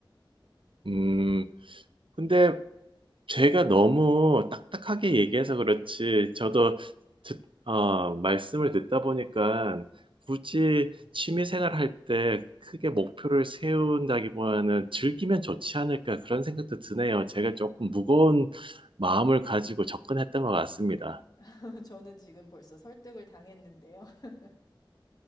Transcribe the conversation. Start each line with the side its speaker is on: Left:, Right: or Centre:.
Right: 음, 근데 제가 너무 딱딱하게 얘기해서 그렇지, 저도 듣, 어, 말씀을 듣다 보니까 굳이 취미 생활할 때 크게 목표를 세운다기보다는 즐기면 좋지 않을까 그런 생각도 드네요. 제가 조금 무거운 마음을 가지고 접근했던 것 같습니다.
Left: <laughs> 저는 지금 벌써 설득을 당했는데요. <laughs>